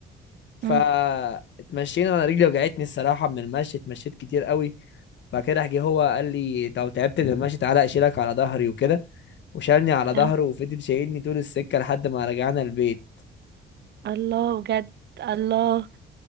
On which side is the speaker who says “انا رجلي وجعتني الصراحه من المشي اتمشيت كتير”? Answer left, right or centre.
Left